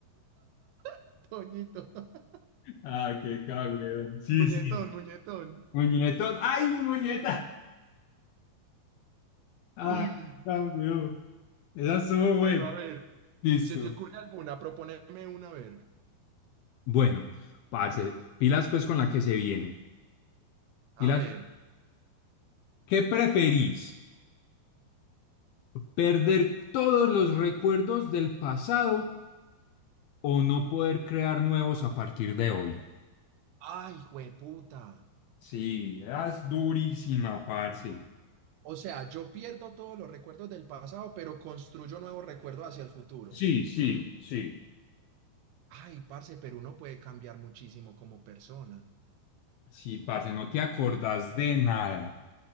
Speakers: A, on the right; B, on the left.
A: <laughs> Toñito, <laughs>
B: Ah, qué cagüeón. Sí,
A: muñetón,
B: sí.
A: muñetón.
B: Muñeto. ¡Ay, muñeca! Ah,
A: <laughs>
B: cagüeón. Esa estuvo buena.
A: Bueno, a ver,
B: Listo.
A: ¿se te ocurre alguna? Proponeme una, a ver.
B: Bueno, parce, pilas pues con la que se viene.
A: A
B: Pilas.
A: ver.
B: ¿Qué preferís? ¿Perder todos los recuerdos del pasado o no poder crear nuevos a partir de hoy?
A: Ay, jueputa.
B: Sí, es durísima, parce.
A: O sea, yo pierdo todos los recuerdos del pasado, pero construyo nuevos recuerdos hacia el futuro.
B: Sí, sí, sí.
A: Ay, parce, pero uno puede cambiar muchísimo como persona.
B: Sí, parce, no te acordás de nada.